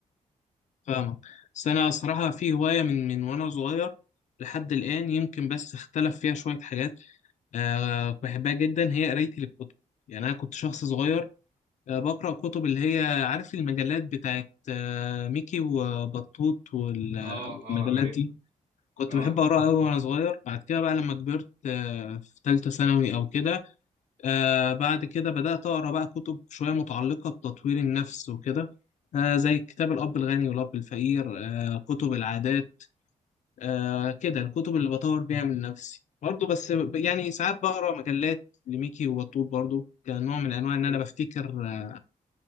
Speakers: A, on the left; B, on the right.
A: فاهمك بس أنا صراحة في هواية من من وأنا صغير لحد الآن يمكن بس اختلف فيها شوية حاجات أه بحبها جدا هي قرايتي للكتب يعني أنا كنت شخص صغير أه بقرأ كتب اللي هي عارف المجلات بتاعت أه ميكي وبطوط وال-
B: اه
A: والمجلات
B: اه عارف
A: دي كنت
B: اه
A: بحب أقرأ أوي وأنا صغير بعد كده بقى لما كبرت أه في تالتة ثانوي أو كده آه بعد كده بدأت أقرأ بقى كتب شوية متعلقة بتطوير النفس وكده آه زي كتاب الأب الغني والأب الفقير آه كتب العادات آه كده الكتب اللي بطور بيها من نفسي برضه بس ب- يعني ساعات بقرأ مجلات لميكي وبطوط برضه كنوع من أنواع إن أنا
B: أيوة.
A: بفتكر آه،